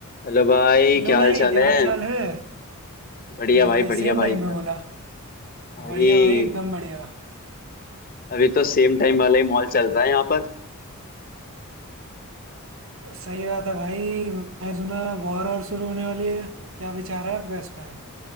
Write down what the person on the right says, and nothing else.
Hello
भाई
क्या
हाल चाल है
अरे
भाई
सेम
टाइम
पे बोला
बढ़िया भाई एकदम बढ़िया
सही बात है भाई मैं सुना वॉर और शुरू होने वाली है क्या विचार है आपका इस पर